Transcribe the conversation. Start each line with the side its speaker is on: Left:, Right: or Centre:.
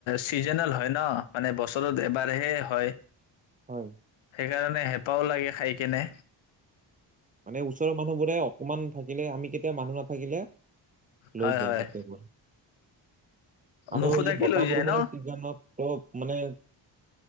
Left: চিজনেল হয় ন', মানে বছৰত এবাৰহে হয়।
Right: হয়।
Left: সেইকাৰণে হেঁপাহও লাগে খাইকেনে।
Right: মানে ওচৰৰ মানুহবোৰে অকমান থাকিলে আমি কেতিয়া মানুহ নাথাকিলে,
Left: হয়
Right: লৈ যায়
Left: হয়
Right: গোটেবোৰ। আৰু
Left: নুখুধাকে
Right: এই বতাহ
Left: লৈ
Right: বৰষুণৰ
Left: যায় ন?
Right: চিজনত তো মানে